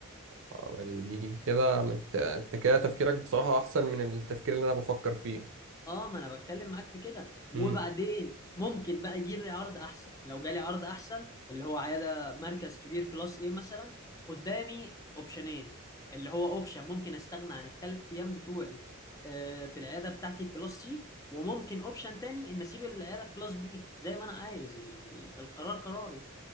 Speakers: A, on the right (about 60°); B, on the left (about 15°).
A: آه، دي دي كده مت- انت كده تفكيرك بصراحة احسن من التفكير اللي انا بفكر فيه
B: اه ما انا بتكلم معاك في كده وبعدين
A: امم
B: ممكن بقى يجي لي عرض احسن لو جالي عرض احسن اللي هو عياده مركز كبير كلاس ايه مثلا قدامي اوبشنين اللي هو اوبشن ممكن استغنى عن الثلاث ايام بتوعي آه، في العياده بتاعتي الكلاس سي وممكن اوبشن تاني ان اسيب العياده الكلاس بي زي ما انا عايز ال- القرار قراري